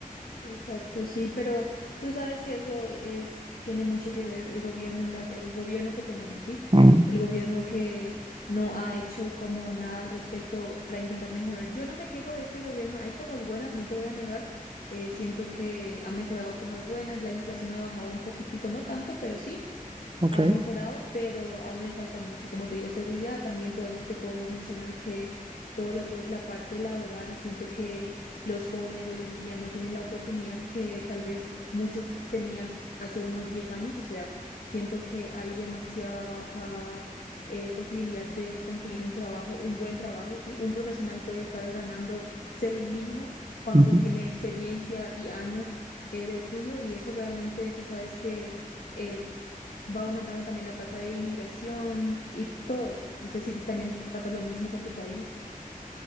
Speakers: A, on the left; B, on the right.
A: exacto, sí, pero tú sabes que eso es, tiene mucho que ver el gobierno, la- el gobierno que tenemos, ¿sí?
B: Mm,
A: El gobierno que no ha hecho como nada al respecto para intentar mejorar. Yo no me quejo de este gobierno, hay cosas buenas, no te voy a negar, eh, siento que ha mejorado cosas buenas, la inflación ha bajado un poquitico, no tanto, pero sí.
B: ok.
A: ha mejorado, pero aún le falta mucho. Como te digo, seguridad, también podem- te puedo mencionar que todo lo que es la parte laboral, siento que los jóvenes hoy en día no tienen la oportunidad que tal vez muchos tenían hace unos 10 años. O sea, siento que hay demasiada baja eh, posibilidad de conseguir un trabajo, un buen trabajo, ¿sí? Un profesional puede estar ganando, según mínimo. cuando
B: Ujú.
A: tiene experiencia y años eh, de estudio y eso realmente tú sabes que eh, va aumentando también la tasa de inmigración y todo eso. No sé si también te pasa lo mismo con tu país.